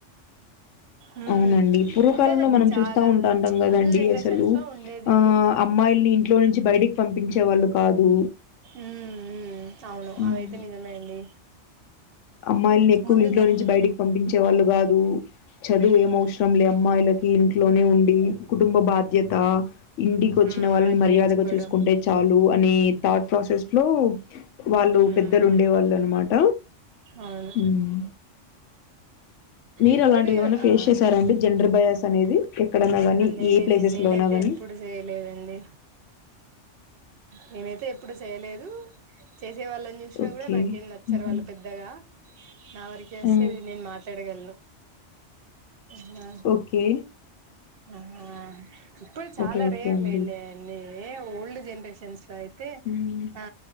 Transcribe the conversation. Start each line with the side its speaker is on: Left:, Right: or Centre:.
Right: ఉమ్
Left: ఔనండి పూర్వకాలంలో
Right: ఉండేదండి
Left: మనం
Right: చాలా
Left: చూస్తా ఉంటాంటం గదండి
Right: ముందు జనరేషన్స్
Left: అస్సలూ
Right: లో ఉండేది
Left: ఆ అమ్మాయిల్ని ఇం ట్లోంచి బైటికి పంపించే వాళ్ళు కాదు
Right: ఉ ఉ ఔను
Left: ఉమ్.
Right: అవైతే నిజమే అండి
Left: అమ్మాయిల్ని ఎక్కువ
Right: ముందు
Left: ఇంట్లో
Right: జనరేషన్
Left: నుంచి బయటికి పంపించే వాళ్ళు కాదు చదువు
Right: ఆ
Left: ఏం అవసరం లే అమ్మాయిలకి ఇంట్లోనే ఉండి కుటుంబ బాధ్యత ఇంటికి వచ్చిన
Right: ఉమ్
Left: వాళ్ళని
Right: వంట
Left: మర్యాదగా
Right: నేర్చుకోవడం
Left: చూసుకుంటే చాలు అనే థాట్ ప్రాసెస్ లో వాళ్ళు
Right: ఉమ్
Left: పెద్దలు ఉండే వాళ్ళు అనమాట
Right: అవును
Left: ఉమ్ మీరు
Right: ఇప్పుడు
Left: అలాంటివి ఏమైనా ఫేస్
Right: ఆ
Left: చేశారండి జెండర్ బయస్ అనేది ఎక్కడనా కాగానీ
Right: నేనే
Left: ఏ ప్లేసెస్
Right: నేనైతే
Left: లోన ని
Right: ఎప్పుడు చేయలేదండి నేనైతే ఎప్పుడు చేయలేదు చేసే వాళ్ళ న చూసిన
Left: ఓకే.
Right: కూడా నాకేం నచ్చారు
Left: హుహు.
Right: వాళ్ళ పెద్దగా నా వరక వస్తే
Left: ఆ!
Right: నేను మాట్లాడగలను హ
Left: ఓకే.
Right: హా హా ఇప్పుడు చాలా
Left: ఓకే. ఓకే
Right: రేర్లేండి
Left: అండి.
Right: అన్నీ ఓల్డ్ జనరేషన్స్ లో అయితే
Left: హ్మ్.
Right: ఆ